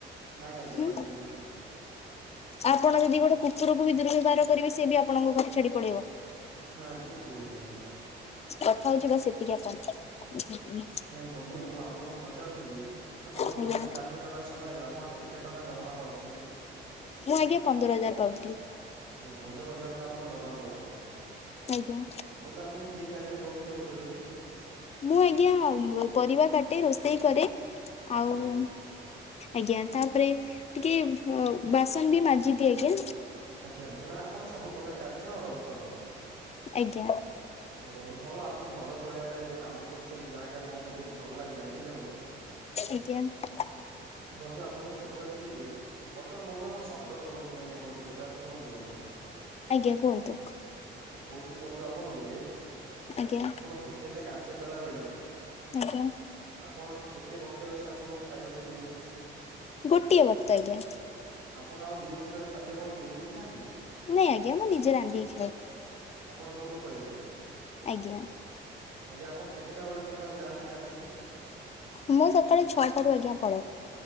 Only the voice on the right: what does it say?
ନାଇଁ ଆଜ୍ଞା
ରହିବେ ନାହିଁ
ନା ଠିକ୍ କହୁଛନ୍ତି ଆପଣ।
ନାଇଁ ବନ୍ଧୁ ମୁଁ ଆପଣଙ୍କୁ ପଚାରୁଥିଲି ଆପଣ ହୋଟେଲରେ
କା କାର୍ଯ୍ୟ କଲା ସମୟରେ ଆପଣ କେତେ ଟଙ୍କା ଦରମା ପାଉଥିଲେ?
ଆଜ୍ଞା ପନ୍ଦର ହଜାର ଟଙ୍କା ଆପଣ ଦରମା ପାଉଥିଲେ?
ବନ୍ଧୁ ଆପଣ କି କାର୍ଯ୍ୟ କରୁଥିଲେ ହୋଟେଲ ରେ?
ଆଜ୍ଞା ଆଜ୍ଞା
ଆଜ୍ଞା, ଆଜ୍ଞା ମାନେ ଆପଣ ସବୁ ପ୍ରକାର କାର୍ଯ୍ୟ କରନ୍ତି?
ନାଇଁ ବନ୍ଧୁ ଭଲ ଆପଣ ଘର ଚଳେଇବା ପାଇଁ ଏକ କାମ ଖୋଜୁଛନ୍ତି ଯାହାକି ଆମକୁ ବହୁତ ଭଲ ଲାଗିଲା, ବୁଝିଲେ ବନ୍ଧୁ?
ବନ୍ଧୁ ଆପଣଙ୍କୁ ପଚାରୁଥିଲି ଯେ ବର୍ତ୍ତମାନ ବନ୍ଧୁ ଆପଣ ଶବ୍ଦ କରନ୍ତୁ ନାଇଁ କୌଣସି କଥାରେ, ଶୁଣନ୍ତୁ ବନ୍ଧୁ
ମୁଁ କହୁଥିଲି ବନ୍ଧୁ ଆପଣଙ୍କୁ ଯେ
ଆପଣ ହୋଟେଲ ରେ କାର୍ଯ୍ୟ କଲା ବେଳେ
ଆପଣ କେତେ ବକ୍ତର ସେ ଆପଣଙ୍କୁ ଖାଇବାକୁ ଦିଅନ୍ତି?
ଆପଣ ଆଉ ଦୁଇ ବକ୍ତର ଖାଦ୍ୟ କଣ କିଣିକି ଖାଆନ୍ତି?
ଆପଣ ଘରକୁ ପଳେଇ ଆସନ୍ତି?
ଆଜ୍ଞା ଆପଣ କେତେଟା ବେଳୁ ସକାଳେ ଯାଆନ୍ତି କାର୍ଯ୍ୟକୁ?